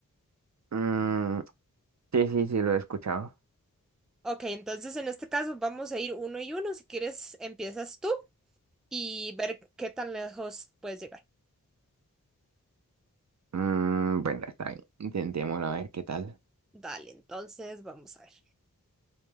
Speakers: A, on the right (about 55°); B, in the centre.
A: Mm, sí, sí, sí, lo he escuchado.
B: Ok, entonces en este caso vamos a ir uno y uno. Si quieres, empiezas tú y ver qué tan lejos puedes llegar.
A: Mm, bueno, está bien. Intentémoslo a ver qué tal.
B: Dale, entonces vamos a ver.